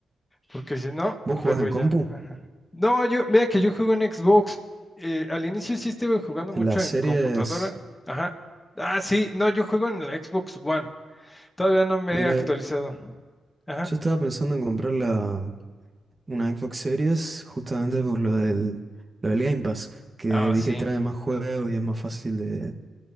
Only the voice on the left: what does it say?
Porque si no,
luego
ya.
ajá. No, yo, mira que yo juego en Xbox. eh, al inicio sí estuve jugando
mucho
en
computadora. Ajá. Ah, sí, no, yo juego en la Xbox One. Todavía no me
he actualizado. Ajá.
Ah,
sí.